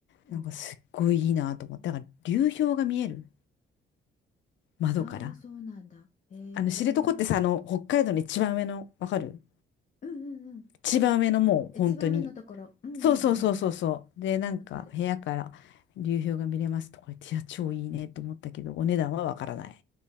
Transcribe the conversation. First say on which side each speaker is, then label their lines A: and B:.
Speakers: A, on the left; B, on the left.
A: うん、
B: なんかすっごいいいなと思って、
A: うん。
B: だから流氷が見える窓から。
A: ああー、そうなんだ。えー、
B: あの知床ってさ、あの北海道の一番上の、わかる
A: うんうんうん。
B: 一番上のもう本当に。
A: 一番上のところ。うんうんうん。
B: そうそうそうそうそう。で、なんか部屋から流氷が見れますとか言って、
A: わかる。
B: いや、超いいねと思ったけど、お値段はわからない。